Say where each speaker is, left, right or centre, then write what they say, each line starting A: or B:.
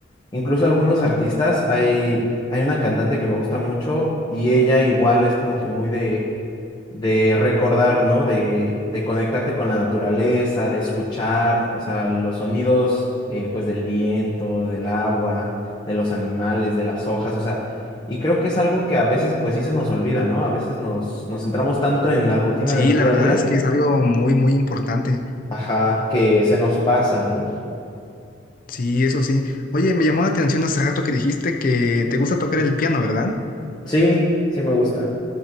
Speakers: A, on the left; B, on the left.
A: Incluso algunos artistas, hay, hay una cantante que me gusta mucho y ella igual es como que muy de, de recordar, ¿no? De, de conectarte con la naturaleza, de escuchar, o sea, los sonidos eh, pues del viento, del agua, de los animales, de las hojas, o sea, y creo que es algo que a veces pues sí se nos olvida, ¿no? A veces nos, nos centramos tanto en la rutina
B: Sí,
A: del
B: la
A: día
B: verdad
A: a día,
B: es que es algo muy, muy importante.
A: ajá, que se nos pasa, ¿no?
B: Sí, eso sí. Oye, me llamó la atención hace rato que dijiste que te gusta tocar el piano, ¿verdad?
A: Sí, sí me gusta.